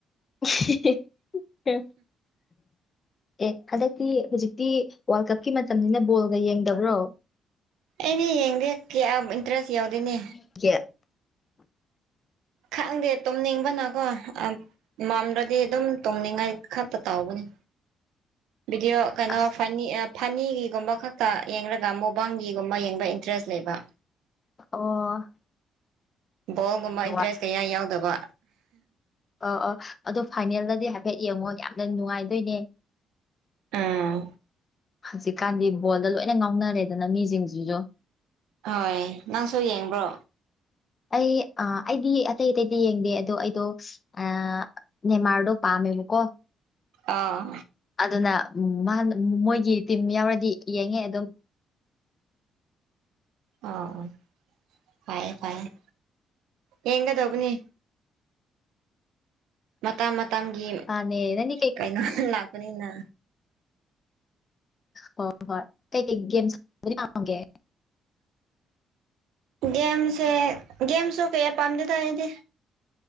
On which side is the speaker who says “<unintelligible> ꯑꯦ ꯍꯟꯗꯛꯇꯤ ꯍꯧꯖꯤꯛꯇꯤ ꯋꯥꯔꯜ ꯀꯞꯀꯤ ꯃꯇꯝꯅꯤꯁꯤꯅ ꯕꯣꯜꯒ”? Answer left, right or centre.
Left